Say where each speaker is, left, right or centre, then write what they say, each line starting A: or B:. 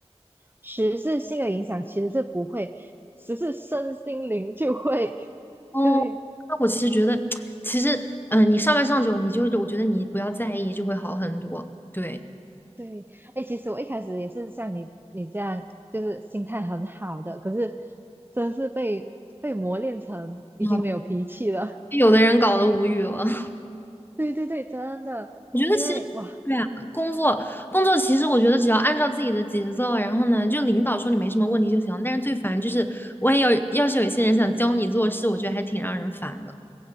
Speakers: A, on the right; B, on the left.
A: 实质性的影响其实是不会，只是身心灵就会，<laughs>
B: 哦，
A: 对。
B: 那我其实觉得，其实，嗯、你上班上久，你就我觉得你不要在意，就会好很多。对，
A: 对，哎，其实我一开始也是像你你这样，就是心态很好的，可是真是被被磨练成已经没有脾气了。
B: 啊，被有的人搞得无语了。
A: <laughs>
B: <laughs>
A: 对对对，真的，
B: 我觉得其实，
A: 因为哇，
B: 对啊，工作工作，其实我觉得只要按照自己的节奏，然后呢，就领导说你没什么问题就行。但是最烦就是，万一有要是有一些人想教你做事，我觉得还挺让人烦的。